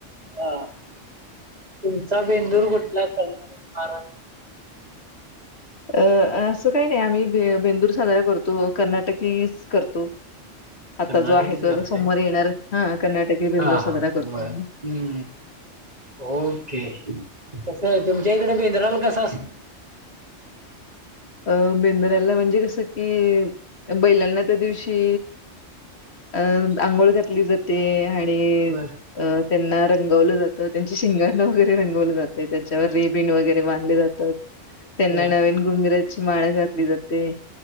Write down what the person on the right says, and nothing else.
हा तुमचा बेंदूर कुठला कर्नाटक महाराष्ट्र.
कर्नाटकीच
करताय
हा
हा
बर हम्म ओके. कस तुमच्या इकडे बेंद्राल कस असं
बर
बर